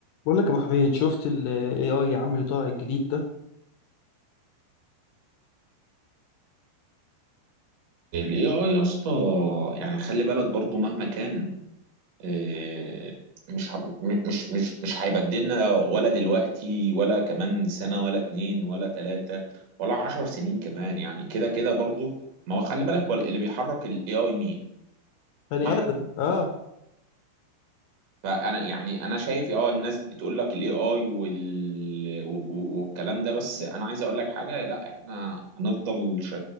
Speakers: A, on the left; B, on the right.
A: بقول لك يا ابو حميد شفت الاي اي يا عم اللي طالع الجديد ده
B: ال AI يا اسطى يعني خلي بالك برضو مهما كان آه، مش ه- م- مش مش مش هيبدلنا ولا دلوقتي ولا كمان سنة ولا اتنين ولا تلاتة ولا عشر سنين كمان يعني كده كده برضو ما هو خلي بالك هو اللي بيحرك ال AI مين؟
A: بني
B: ما احنا
A: ادم اه
B: فانا يعني انا شايف اه الناس بتقول لك الاي اي وال... و- و- والكلام ده بس انا عايز اقول لك حاجه لا احنا هنفضل ش...